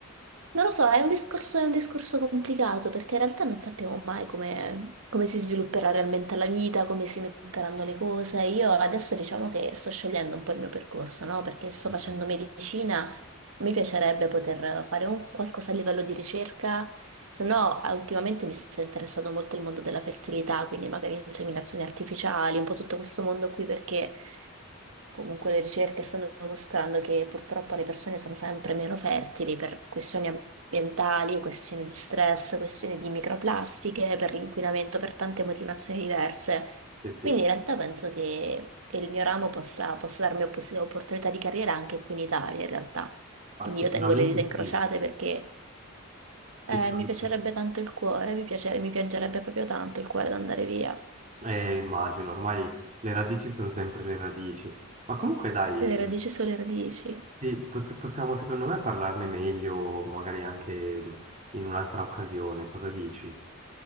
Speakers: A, on the right; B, on the right.
A: Non lo so, è un discorso, è un discorso complicato perché in realtà non sappiamo mai come, come si svilupperà realmente la vita, come si metteranno le cose. Io adesso diciamo che sto scegliendo un po' il mio percorso, no? Perché sto
B: sì,
A: facendo medicina, mi piacerebbe poter fare un qualcosa a livello di ricerca se no, eh, ultimamente mi sta interessando molto il mondo della fertilità, quindi magari inseminazioni artificiali, un po' tutto questo mondo qui, perché comunque le ricerche stanno dimostrando che purtroppo le persone sono sempre meno fertili per questioni ambientali, questioni di stress, questioni di microplastiche, per l'inquinamento, per tante motivazioni diverse.
B: sì, sì.
A: Quindi in realtà penso che, che il mio ramo possa, possa darmi oppos- opportunità di carriera anche qui in Italia, in realtà.
B: ma
A: Quindi
B: sicuramente
A: io tengo le dita incrociate
B: sì,
A: perché
B: sicuramente.
A: eh, mi piacerebbe tanto il cuore, mi piace- mi piangerebbe proprio tanto il cuore ad andare via.
B: Eh, immagino, ormai le radici sono sempre le radici. Ma comunque dai,
A: Le radici sulle radici.
B: sì, poss- possiamo secondo me parlarne meglio, magari anche mm, in un'altra occasione, cosa dici?